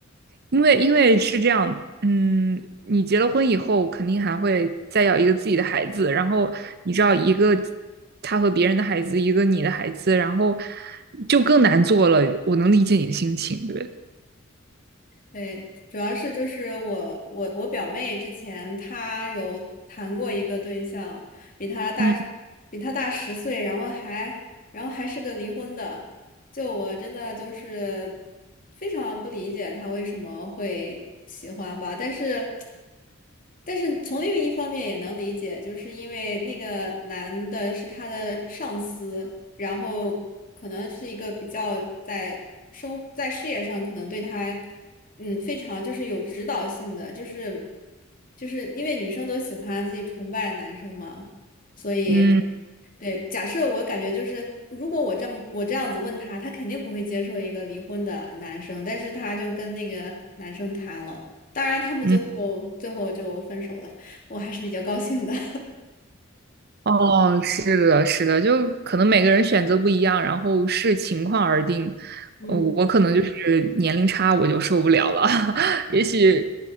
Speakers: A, on the right; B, on the left.
A: 因为因为是这样，嗯，你结了婚以后，肯定还会再要一个自己的孩子，然后你知道一个他和别人的孩子，一个你的孩子，然后就更难做了。我能理解你的心情，对不对，
B: 对，主要是就是我我我表妹之前她有谈过一个对象，比她大
A: 嗯
B: 比她大十岁，然后还然后还是个离婚的，就我真的就是非常不理解她为什么会喜欢吧，但是。但是从另一方面也能理解，就是因为那个男的是他的上司，然后可能是一个比较在生在事业上可能对他，嗯，非常就是有指导性的，就是就是因为女生都喜欢自己崇拜男生嘛，所以
A: 嗯
B: 对，假设我感觉就是。如果我这么我这样子问他，他肯定不会接受一个离婚的男生，但是他就跟那个男生谈了。当然，他们最后最后就分手了，
A: 嗯
B: 我还是比较高兴的。<laughs>
A: 哦，是的，是的，就可能每个人选择不一样，然后视情况而定。
B: 嗯。
A: 呃我可能就是年龄差，我就受不了了。<laughs> 也许，